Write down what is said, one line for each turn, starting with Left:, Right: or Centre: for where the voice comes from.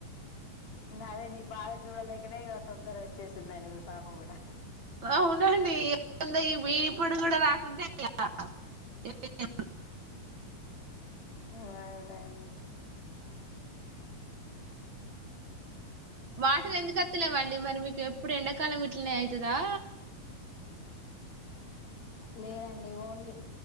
Left: అదే నీ బాద చూడలేకనే ఇగ తొందరొచ్చేసిందండి మీ పాప గూడా
Right: అవునండి ఎట్లుందో ఇప్పుడు గూడా రాకుంటే ఎట్ల త
Left: ఊ అవునండి
Right: వాటర్ ఎందుకత్తలేవండి మరి మీకెప్పుడు ఎండాకాలం ఇట్లనే అయిదా
Left: లేదండి ఓన్లీ